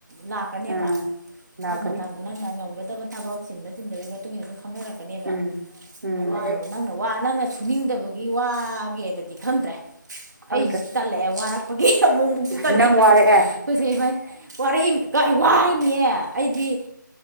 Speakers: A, on the right; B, on the right.
A: ꯂꯥꯛ ꯀꯅꯦꯕ
B: ꯎꯝ ꯂꯥꯛꯀꯅꯤ
A: ꯃꯊꯪ ꯃꯊꯪ ꯅꯪꯅ ꯉꯝꯒꯗꯕ ꯊꯕꯛ ꯆꯤꯟꯕ ꯆꯤꯟꯗꯒꯤ ꯃꯇꯨꯡ ꯏꯟꯅ ꯑꯗꯨꯝ ꯈꯪꯅꯔꯛ ꯅꯦꯕ
B: ꯎꯝ ꯎꯝ
A: ꯑꯋꯥꯔꯨꯔꯅꯨ ꯅꯪꯅ ꯋ ꯅꯪꯅ ꯁꯨꯅꯤꯡꯗꯕꯒꯤ ꯋꯥꯒꯦꯑꯗꯗꯤ ꯈꯟꯗ꯭ꯔꯦ
B: ꯈꯪꯗ꯭ꯔꯦ
A: ꯑꯩꯁꯨ ꯇꯜꯂꯛꯑꯦ ꯋꯥꯔꯛꯄꯒꯤ ꯑꯃꯨꯛꯃꯨꯛꯁꯨ ꯇꯜꯂꯛꯏꯕ
B: ꯅꯪ
A: ꯑꯁ
B: ꯋꯥꯔꯛꯑꯦ
A: ꯑꯩꯈꯣꯏꯁꯦ ꯏꯕꯅꯤ ꯋꯥꯔꯛꯏꯃꯤ ꯋꯥꯏꯅꯤꯅꯦ ꯑꯩꯗꯤ